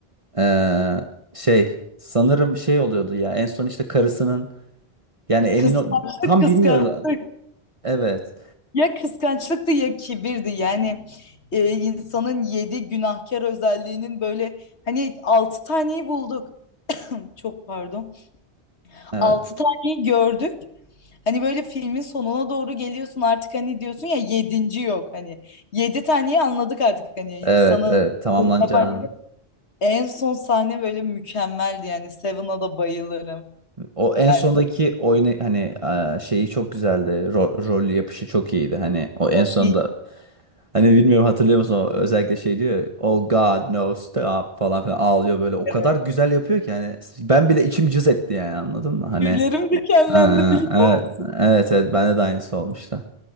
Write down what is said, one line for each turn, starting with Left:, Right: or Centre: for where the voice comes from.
Right: Ee, şey sanırım şey oluyordu ya en son işte karısının yani emin
Left: Kıskançlık
Right: ol tam
Left: kıskançlık.
Right: bilmiyoruz. Evet.
Left: Ya kıskançlıktı ya kibirdi yani e, insanın yedi günahkar özelliğinin böyle hani altı taneyi bulduk çok pardon
Right: Evet.
Left: altı taneyi gördük hani böyle filmin sonuna doğru geliyorsun artık hani diyorsun ya yedinci yok hani yedi taneyi anladık artık hani insanı
Right: Evet, evet tamamlanacağını.
Left: yapan en son sahne böyle mükemmeldi yani Seven'a da bayılırım
Right: O en
Left: yani
Right: sondaki oyunu hani e, şeyi çok güzeldi. Ro- rol yapışı çok iyiydi. Hani o en
Left: tabii
Right: sonda hani bilmiyorum hatırlıyor musun? O, özellikle şey diyor. ya, Oh God no stop falan filan ağlıyor böyle. O
Left: evet.
Right: kadar güzel yapıyor ki hani ben bile içim cız etti yani anladın mı? Hani
Left: Tüylerim dikenlendi
Right: e,
Left: biliyor
Right: evet
Left: musun
Right: evet evet bende de aynısı olmuştu.